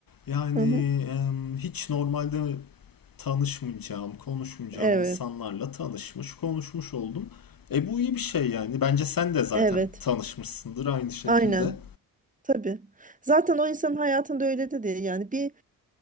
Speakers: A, on the left; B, on the right.
A: yani
B: hı hı.
A: em, hiç normalde tanışmayacağım, konuşmayacağım
B: Evet,
A: insanlarla tanışmış, konuşmuş oldum. E bu iyi bir şey yani. Bence sen de zaten
B: evet,
A: tanışmışsındır aynı şekilde.
B: aynen, tabii. Zaten o insanın hayatında öyle de değil. Yani bir